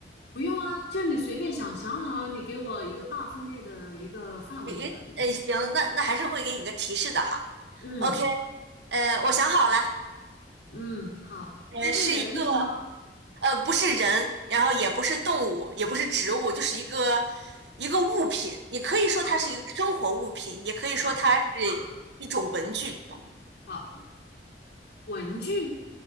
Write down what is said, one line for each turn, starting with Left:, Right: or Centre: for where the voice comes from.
Left: 不用啊，就你随便想，想好了你给我一个大分类的一个范围就可以了。
Right: 诶，诶，行，那那还是会给你个提示的哈。
Left: 嗯
Right: OK，呃，我想好了，
Left: 嗯，好，
Right: 呃，
Left: 它是人物吗？
Right: 是一个，呃，不是人，然后也不是动物，也不是植物，就是一个一个物品。你可以说它是一个生活物品，
Left: 啊，
Right: 也可以说它是
Left: 好，好，
Right: 一种文具这种。
Left: 好，好，文具、